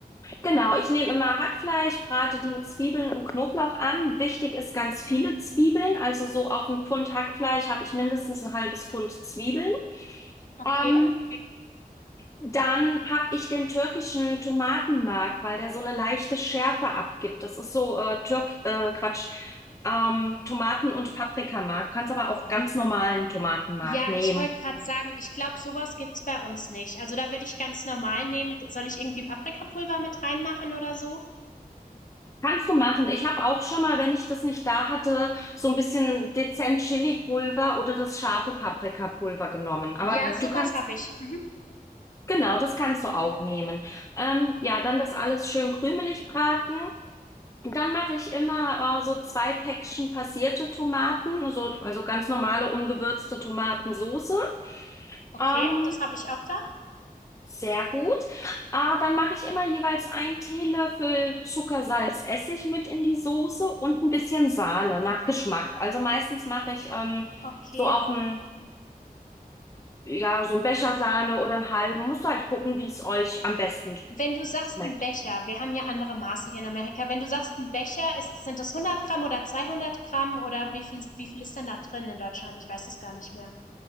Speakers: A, on the left (about 20°); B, on the left (about 55°).
A: genau, ich nehme immer Hackfleisch, brate die mit Zwiebeln und Knoblauch an. Wichtig ist ganz viele Zwiebeln, also so auf ein Pfund Hackfleisch habe ich mindestens ein halbes Pfund Zwiebeln.
B: Okay.
A: Ähm, Dann habe ich den türkischen Tomatenmark, weil der so eine leichte Schärfe abgibt. Das ist so äh, Türk, äh, Quatsch, ähm, Tomaten- und Paprikamark. Kannst aber
B: Oh,
A: auch ganz normalen Tomatenmark
B: ja,
A: nehmen.
B: ich wollte gerade sagen, ich glaube, sowas gibt's bei uns nicht. Also da würde ich ganz normal nehmen. Soll ich irgendwie Paprikapulver mit reinmachen oder so?
A: Kannst du machen. Ich habe auch schon mal, wenn ich das nicht da hatte, so ein bisschen dezent Chili-Pulver oder das scharfe Paprikapulver genommen. Aber
B: Ja, sowas
A: du kannst,
B: habe ich. Mhm.
A: genau, das kannst du auch nehmen. Ähm, ja, dann das alles schön krümelig braten. Dann mache ich immer äh, so zwei Päckchen passierte Tomaten, also, also ganz normale ungewürzte Tomatensoße.
B: Okay,
A: Ähm,
B: das habe ich auch da.
A: sehr gut. Äh, dann mache ich immer jeweils einen Teelöffel Zucker, Salz, Essig mit in die Soße und ein bisschen Sahne nach Geschmack. Also meistens mache ich ähm,
B: Okay,
A: so auf einen, ja, so einen Becher Sahne oder einen halben. Musst halt gucken, wie es euch am besten
B: wenn du sagst
A: schmeckt.
B: ein Becher, wir haben ja andere Maße hier in Amerika, wenn du sagst ein Becher, ist, sind das 100 Gramm oder 200 Gramm oder wie viel, wie viel ist denn da drin in Deutschland? Ich weiß es gar nicht mehr.